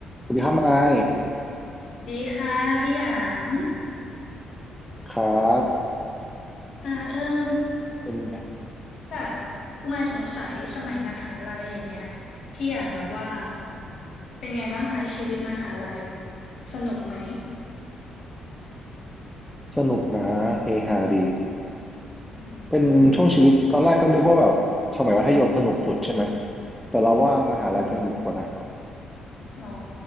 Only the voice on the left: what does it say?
ดีค่ะพี่หยาง
อ่าเอิ่ม
ป่ะคือมายสงสัยสมัยมหาลัยอย่างเงี้ยพี่หยางแบบว่าเป็นไงบ้างคะชีวิตมหาลัยสนุกไหม
อื
ม
หรอ